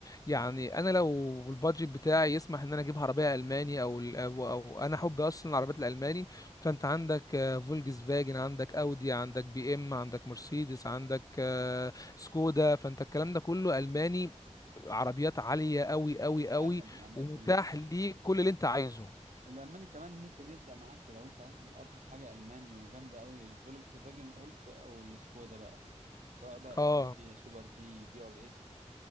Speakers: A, on the left; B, on the right.
A: يعني أنا لو البادجت بتاعي يسمح إن أنا أجيب عربية ألماني أو ال- أو, أو أنا حب أصلا العربيات الألماني فأنت عندك آه، فولكس فاجن عندك أودي عندك بي إم عندك مرسيدس عندك آه، سكودا فأنت الكلام ده كله ألماني عربيات عالية أوي أوي
B: فعلا
A: أوي
B: يعني
A: ومتاح ليك كل اللي أنت عايزه
B: الالماني كمان ممكن يبدا معاك لو انت عايز ارخص حاجه المان وجامده قوي الفولكس فاجن قلت او السكودا بقى سواء بقى اوكتافيا
A: اه
B: سوبر بي في ار اس